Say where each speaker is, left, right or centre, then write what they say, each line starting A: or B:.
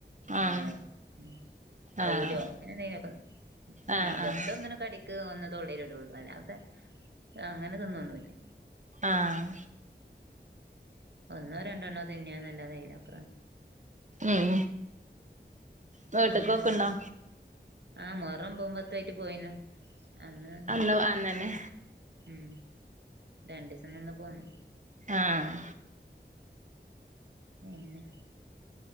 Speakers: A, on the right; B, on the right.
A: ആഹ്
B: ന്നെ ഉം
A: ആഹ്
B: ഔലോ അങ്നെന്തെലകന്നും
A: ആഹ്
B: വെർതങ്ങനെ
A: ആഹ്
B: കടി ക്ക് ഒന്ന് തൊളിലുടോള് അല്ലാതെ അങ്ങനതിന്നൊന്നുല്ല.
A: ആഹ്
B: ഒന്നോ രണ്ടണ്ണോ തിഞ്ഞന്നല്ലാതെ അയ്ലപ്
A: ഉം വീട്ട്കൊക്ക്ണ്ടോ?
B: പിന്നെ ആഹ് മോഹറൊമ്ബവും പത്തു ആയിട്ട് പോയിന്നു അന്ന്
A: ലോ അന്നന്നെ
B: ഉം രണ്ടീസ നിന്ന് പോന്നു
A: ആഹ്
B: പിന്നെ